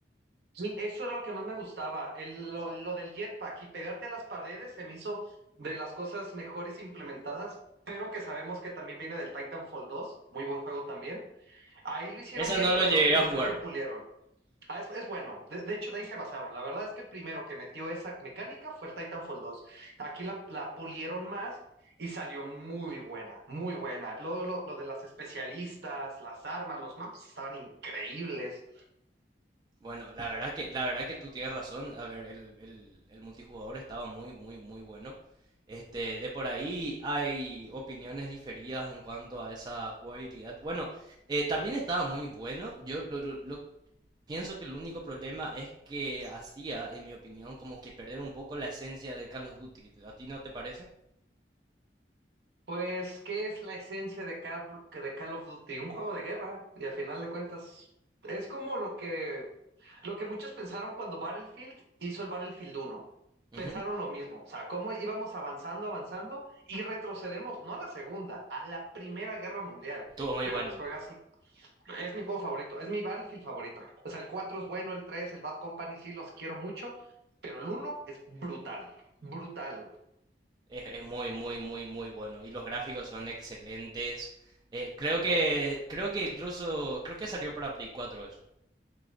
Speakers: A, on the right (about 65°); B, on the right (about 25°).
A: Sí, eso era lo que más me gustaba, el- lo, lo del jetpack y pegarte a las paredes se me hizo de las cosas mejores implementadas, pero que sabemos que también viene del Titanfall 2, muy buen juego también. Ahí lo hicieron
B: Esa
A: bien,
B: no
A: pero
B: lo llegué
A: creo que en
B: a
A: el
B: jugar.
A: 3 lo pulieron. Ah, es, es bueno, de, de hecho de ahí se basaron. La verdad es que el primero que metió esa mecánica fue el Titanfall 2. Aquí la, la pulieron más y salió muy buena, muy buena. Lo, lo, lo de las especialistas, las armas, los maps estaban increíbles.
B: Bueno, la verdad que, la verdad que tú tienes razón. A ver, el, el- el multijugador estaba muy, muy, muy bueno. Este, de por ahí hay opiniones diferidas en cuanto a esa jugabilidad. Bueno, eh, también estaba muy bueno. Yo lo, lo- lo- pienso que el único problema es que hacía, en mi opinión, como que perder un poco la esencia de Call of Duty. ¿A ti no te parece?
A: Pues, ¿qué es la esencia de Call, que de Call of Duty? Un juego de guerra, y al final de cuentas, es como lo que, lo que muchos pensaron cuando Battlefield hizo el Battlefield uno.
B: Ujú.
A: Pensaron lo mismo, o sea, cómo íbamos avanzando, avanzando, y retrocedemos, no a la Segunda, a la Primera Guerra Mundial.
B: Estuvo muy
A: Y
B: bueno.
A: una vez juegas, el- es mi juego favorito, es mi Battlefield favorito. O sea, el 4 es bueno, el 3, el Bad Company sí los quiero mucho, pero el uno es brutal, brutal.
B: Es, es muy, muy, muy, muy bueno. Y los gráficos son excelentes. Eh, creo que, creo que incluso, creo que salió para Play cuatro eso.